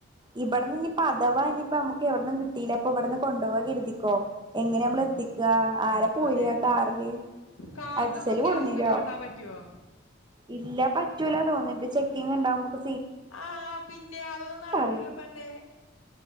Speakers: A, on the right; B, on the left.
A: ഇവിടന്നിനിപ്പ അഥവാ ഇനിപ്പ അമുക്ക് എവട്ന്നും കിട്ടീല്ലപ്പൊ ഇവിടന്ന് കൊണ്ടോവാ കരുതിക്കോ എങ്ങനെയാമ്മള്
B: ആഹ്
A: എത്തിക്കാ ആരാ പോര്കാ
B: അതെ
A: കാറില്
B: കാറിലൊന്നും
A: അജ്സല്
B: ഗ്യാസ്
A: കൊട്ന്നെര്യോ
B: കുറ്റി കൊണ്ടാൻ പറ്റുവോ
A: ഇല്ല പറ്റ് റ്റൂലാ തോന്ന്ണ്ട് ചെക്കിങ്ങ്ണ്ടാവും നമക്ക്
B: ആഹ് പിന്നേ അതൊന്നും നടക്കൂല
A: പറയും
B: പെണ്ണേ